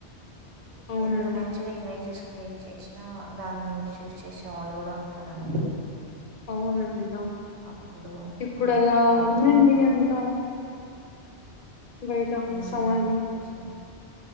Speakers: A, on the left; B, on the right.
A: అవునండి.
B: ఎంత మంచిగా ఈమె క్రియేట్ చేసినా దాన్ని మిస్ యూస్ చేసే వాళ్ళు కూడా ఉంటారండి
A: అవునండి
B: అప్పుడు
A: ఇప్పుడు
B: మనకు
A: అలా
B: ప్రాబ్లం
A: ఉందండి
B: కూడా అవుతుంది
A: అంత బయటా
B: ఉమ్
A: సజ
B: నిజమే